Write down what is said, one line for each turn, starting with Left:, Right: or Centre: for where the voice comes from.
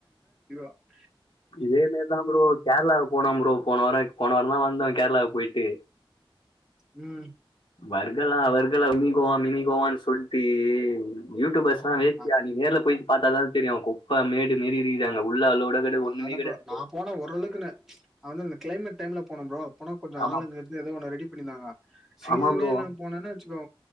Centre: <unintelligible>
Left: இதே மாரிதா ப்ரோ கேரளாவுக்கு போனோ ப்ரோ போன வாரோ போன வாரோந் தா வந்தோ கேரளாவுக்கு போயிட்டு
Centre: ம்
Left: வர்கலா வர்கலா மினி கோவா மினிகோவான்னு சொல்ட்டு யூடியூபஸ்லா
Centre: ம்
Left: வே தியாகிவே நேர்ல போயி பாத்தாதான தெரியு குப்ப மேடு மேறிதுங்க அங்க உள்ள அளோட கெடயாது ஒண்ணுமே
Centre: நால
Left: கெடயாது
Centre: ப்ரோ நா போன ஓரளவுக்கு நா வந்து அந்த கிளைமேட் டைம்ல போனே ப்ரோ அப்பனா கொஞ்ச
Left: ஆமா
Centre: ஆளுங்க ஏதோ ஒன்ன ரெடி பண்ணிந்தாங்க சீசனே
Left: ஆமா ப்ரோ
Centre: இல்லாம போனோனே வெச்சிக் கோ